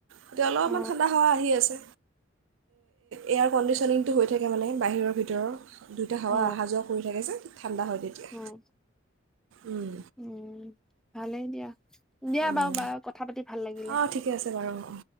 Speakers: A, on the right; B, in the centre.
A: এতিয়া অলপমান
B: অ
A: ঠাণ্ডা হাৱা আহি আছে। এয়াৰ কণ্ডিচনিংটো হৈ থাকে মানে বাহিৰৰ ভিতৰৰ দুইটা হোৱা
B: অ
A: অহা যোৱা কৰি থাকে যে -- ঠাণ্ডা হয় তেতিয়া,
B: উম
A: উম,
B: উম ভালেই দিয়া, দিয়া
A: উম।
B: বাৰু বাৰ কথা পাতি ভাল লাগিলে,
A: অঁ ঠিকে আছে বাৰু অঁ